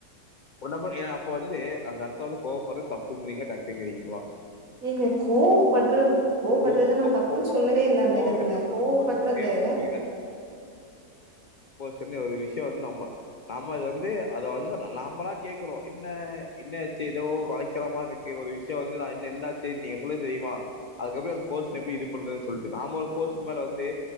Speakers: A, on the left (about 75°); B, on the right (about 65°).
A: உன்ன மா எ அப்போ வந்து அந்த எடத்ல வந்து கோவப்படறது தப்புன்றீங்ளா கரெக்ட்டுங்றீங்ளா
B: ஏங்க கோவப்பட்றது கோவப்பட்றத
A: கோவம்
B: நா தப்புன்
A: கோவம்
B: சொல்லவே இல்ல அந்த
A: கோவமே
B: எடத்துல கோவப்பட்றது
A: பர்சனுக்கே வந்துருங்க தெரிந்ச ஒரு விஷ்யோ வந்து நம்ம நாம் அது வந்து அத வந்து நாமளா கேக்கனு என்ன என்னாச்சு எதோ வளைச்சலமா இருக்கே ஒரு விஷ்யோ வந்து நா என்ன என்ன ஆச்சு நீங்க சொல்லிருந்திங்க தெரியுமா அதுக்கப்றோ அந்த போஷன் எப்டி இது பண்றது சொல்ட்டு நாம ஒரு போஷன்க்கு மேல வந்து